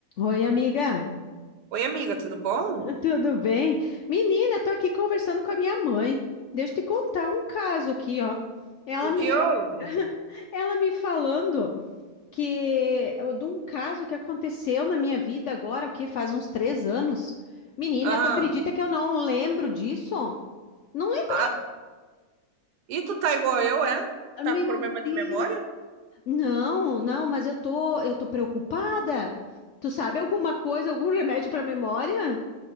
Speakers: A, on the left; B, on the right.
A: Oi, amiga,
B: Oi, amiga, tudo bom?
A: tudo bem? Menina, tô aqui conversando com a minha mãe. Deixa eu te contar um caso aqui, ó. Ela
B: O
A: me,
B: que houve?
A: ela me falando que de um caso que aconteceu na minha vida agora, o que faz uns três anos. Menina,
B: Aham.
A: tu acredita que eu não lembro disso? Não lembro.
B: Ah, e tu tá igual eu, é? Tá
A: Meu
B: com problema de
A: Deus.
B: memória?
A: Não, não, mas eu tô, eu tô preocupada. Tu sabe alguma coisa, algum remédio para memória?